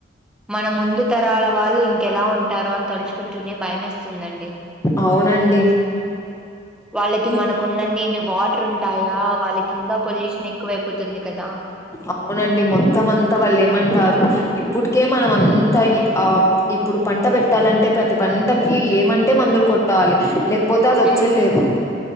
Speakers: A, in the centre; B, on the left (about 15°).
A: మన ముందు తరాల వాళ్ళు ఇంకెలా ఉంటారొ అని తలుచుకుంటూనే భయం వేస్తుందండి
B: అవునండి
A: వాళ్ళకి
B: ఇం
A: మనకున్నన్ని వాటర్ ఉంటాయా వాళ్ళకి ఇంకా పొల్యూషన్ ఎక్కువైపోతుంది కదా
B: అవునండి మొత్తం అంతా వాళ్ళు ఏమంటారు ఇప్పుడుకే మనం అంతా ఇ ఆ ఇప్పుడు పంట పెట్టాలంటే ప్రతి పంటకి ఏమంటే మందులు కొట్టాలి లే పోతే అది వచ్చే
A: మ్మ్
B: లేదు